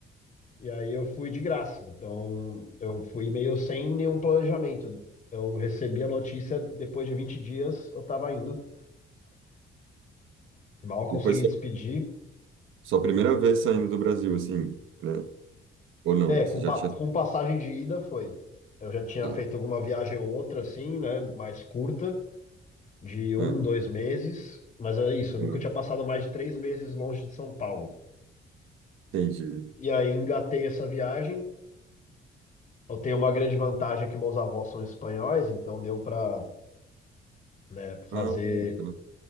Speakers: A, on the left; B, on the right.
A: E aí eu fui de graça. Então eu fui meio sem nenhum planejamento. Eu recebi a notícia depois de 20 dias, eu tava indo. Mal consegui
B: e foi sua,
A: despedir.
B: sua primeira vez saindo do Brasil, assim, né? Ou não?
A: É, com,
B: Você já
A: pa-
B: tinha.
A: com passagem de ida foi. Eu já tinha
B: Tá.
A: feito alguma viagem ou outra, assim, né? Mais curta, de um,
B: Aham,
A: dois meses. Mas é isso, eu
B: aham.
A: nunca tinha passado mais de três meses longe de São Paulo.
B: Entendi.
A: E aí engatei essa viagem. Eu tenho uma grande vantagem é que meus avós são espanhóis, então deu para né, fazer
B: Ah, tá.